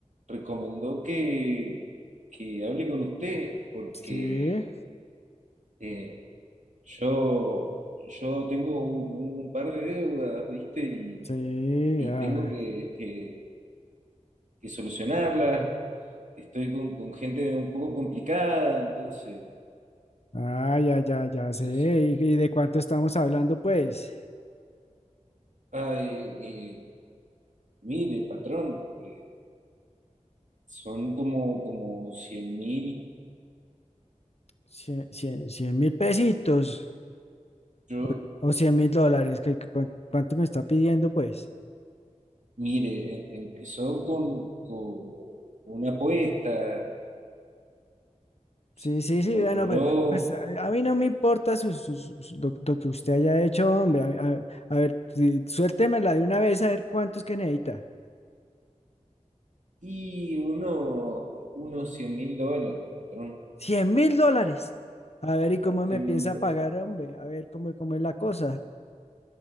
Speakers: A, on the right; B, on the left.
A: recomendó que, que hable con usted porque
B: Sí,
A: eh, yo, yo tengo un, un par de deudas, ¿viste? y
B: sí,
A: y
B: ah,
A: tengo que, que- que solucionarlas. Estoy con, con gente un poco complicada, entonces,
B: ah, ya, ya, ya sé.
A: es,
B: ¿Y, y de cuánto estamos hablando, pues?
A: ay, eh, mire, patrón, eh, son como, como cien mil.
B: Cien, cien- cien mil pesitos
A: Yo,
B: o, o cien mil dólares, que, que cuan- ¿cuánto me está pidiendo, pues?
A: mire, em- empezó con, con una apuesta, se
B: Sí, sí, sí,
A: controló
B: bueno, pero pues a, a mí no me importa sus- sus- sus- lo, lo que usted haya hecho, hombre. A, a- a ver, sí, suéltemela de una vez a ver cuántos que necesita.
A: y uno, unos cien mil dólares, patrón,
B: Cien mil dólares. A ver, ¿y cómo
A: cien
B: me piensa
A: mil
B: pagar, hombre? A ver, cómo, cómo es la cosa.